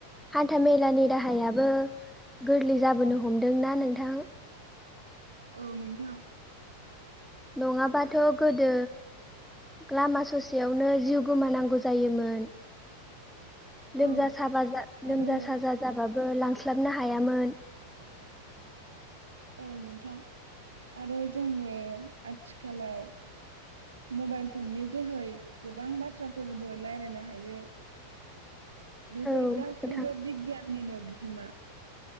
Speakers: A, in the centre; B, on the right.
A: हान्था मेलानि राहायाबो गोरलै जाबोनो हमदोंना नोंथां?
B: औ नोंथां।
A: नङाबाथ' गोदो लामा ससेयावनो जिउ गोमानांगौ जायोमोन।
B: औ
A: लोमजा साबा जा
B: आरो
A: लोमजा
B: औ
A: साजा जाबाबो लां स्लाबनो हायामोन।
B: औ नोंथां आरो जोङो आथिखालाव मबाइल फननि जोहै गोबां बाथ्राफोरबो लायरायनो हायो। बेफोर
A: औ
B: गासैबो
A: नोंथां
B: बिगियाननिनो बि होमा।